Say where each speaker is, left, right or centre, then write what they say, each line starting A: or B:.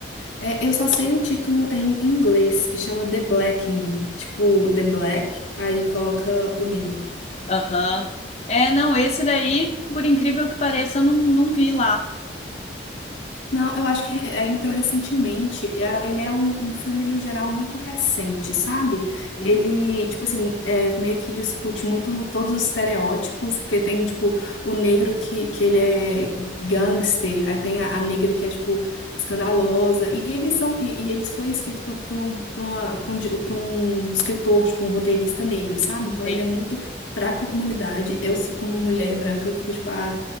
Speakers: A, on the left; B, on the left.
A: É, eu só sei o título em inglês, que chama The Blackening. Tipo, The Black, aí coloca o Ning.
B: Aham. É, não, esse daí, por incrível que pareça, eu não, não vi lá.
A: Não, eu acho que é, entrou recentemente. É- Ele é um, um filme, no geral, muito recente, sabe?
B: Hum?
A: Ele, tipo assim, é, meio que discute muito todos os estereótipos, porque tem, tipo, o negro que, que ele é gangster, aí tem a, a negra que é, tipo, escandalosa. E eles são, e, e eles foi escrito por, por um, por uma- por um, di- por um escritor, tipo, um roteirista negro, sabe?
B: Entendi.
A: Então ele é muito. Pra comunidade, eu como mulher branca, eu fico tipo, ah,